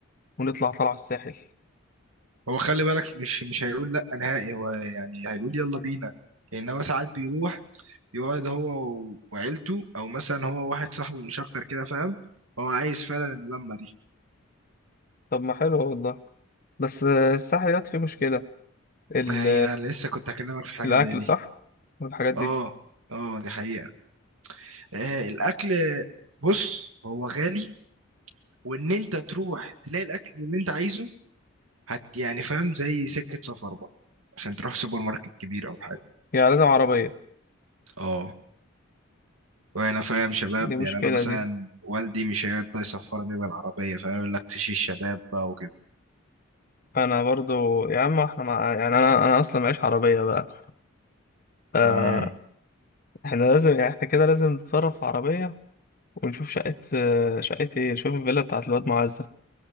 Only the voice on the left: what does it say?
ونطلع طلع الساحل
طب ما حلو والله بس الساحل ده فيه مشكله ال...
الاكل
صح والحاجات دي
يعني لازم عربيه
دي
مشكله
دي
انا برضو يا عم احنا مع... يعني انا انا اصلا معيش عربيه بقى آه،
احنا لازم يعني احنا كده لازم نتصرف في عربية ونشوف شقة آه، شقة ايه نشوف الفيلا بتاعت الواد معاذ ده